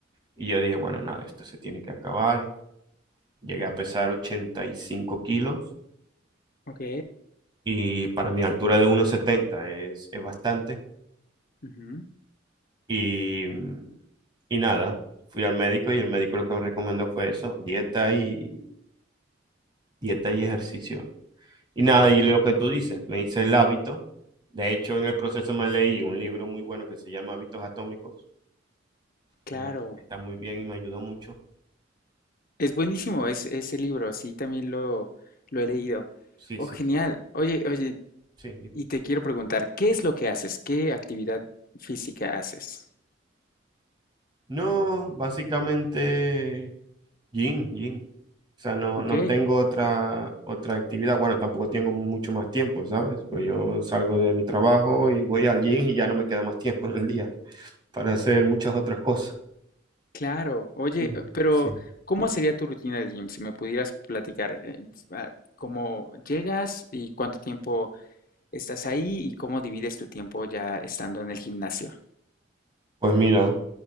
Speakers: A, on the right; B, on the left.
A: y yo dije, bueno, nada, esto se tiene que acabar. Llegué a pesar 85 kilos
B: ok,
A: y para mi altura de uno setenta es, es bastante.
B: ujú,
A: Y, y nada, fui al médico y el médico lo que me recomendó fue eso, dieta y, dieta y ejercicio. Y nada,
B: ok,
A: y lo que tú dices, me hice el hábito. De hecho, en el proceso me leí un libro muy bueno que se llama Hábitos Atómicos,
B: claro.
A: que está muy bien y me ayudó mucho.
B: Es buenísimo es- ese libro, sí, también lo, lo he leído.
A: Sí,
B: Oh,
A: sí,
B: genial.
A: sí.
B: Oye, oye,
A: Sí. sí.
B: y te quiero preguntar, ¿qué es lo que haces? ¿Qué actividad física haces?
A: No, básicamente, gym, gym. O sea, no,
B: Ok.
A: no tengo otra, otra actividad. Bueno, tampoco tengo mucho más tiempo, ¿sabes? Pues yo salgo de mi trabajo y voy al gym y ya no me queda más tiempo en el día para hacer muchas otras cosas.
B: Claro, oye,
A: Sí.
B: eh, pero
A: Sí.
B: ¿cómo sería tu rutina de gym? Si me pudieras platicar, eh, ah, ¿cómo llegas y cuánto tiempo estás ahí y cómo divides tu tiempo ya estando en el gimnasio?
A: Pues mira,